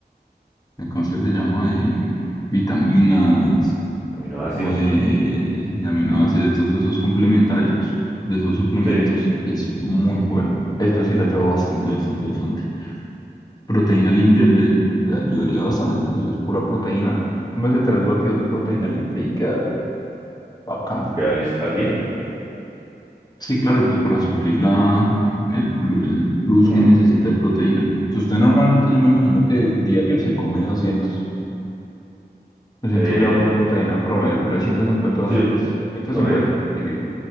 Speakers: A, on the left (about 25°); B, on the right (about 20°).
A: de, ¿cómo es que se llama? De vitaminas,
B: aminoácidos.
A: o de, de aminoácidos, de todos esos complementarios, de esos suplementos,
B: Sí,
A: es muy bueno. Eso sí le ayuda bastante, bastante, bastante. Proteína limpia le, le ayudaría bastante porque eso es pura proteína. Tómese tres batidos de proteína limpia y queda bacano.
B: ya listo, al día.
A: Sí, claro, pues para suplir la, el, plu- el plus
B: Mm,
A: que necesita de proteína. Si usted normalmente, yo me imagino que diario se come doscientos doscientos
B: eh,
A: gramos de proteína promedio, por ahí ciento cincuenta, doscientos
B: sí.
A: ciento
B: Por
A: cincuenta
B: ahí.
A: diría.